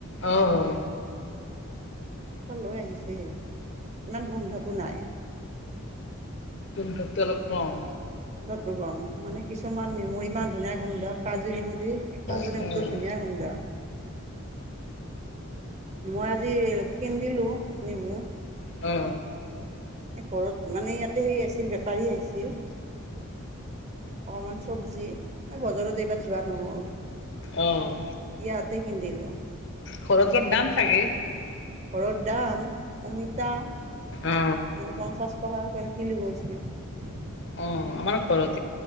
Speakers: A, on the left (about 55°); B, on the right (about 30°).
A: অঁ
B: এপাল লৈ আহিছিল ইমান গোন্ধটো নাই।
A: তহঁততকে অলপ কম।
B: গোন্ধটো কম মানে কিছুমান নেমু ইমান ধুনীয়া গোন্ধ কাজু নেমু দি কাজু
A: অঁ
B: নেমুটো ধুনীয়া গোন্ধ। মই আজি কিনন্দিলো। নেমু
A: অ।
B: ঘৰত মানে ইয়াত সেই আছিল বেপাৰী আহিছিল। অমানছ চবজি এই বজাৰত এইবাৰ যোৱা নহ'ল ইয়াতে
A: অঁ অঁ
B: কিনন্দিলো। অহ।
A: ঘৰত অলপ দাম থাকে।
B: ঘৰৰ দাম অমিতা মানে
A: অ
B: পঞ্চাছ টকা কে কিলো গৈছে। <unintelligible>
A: অ আমাৰ ঘৰত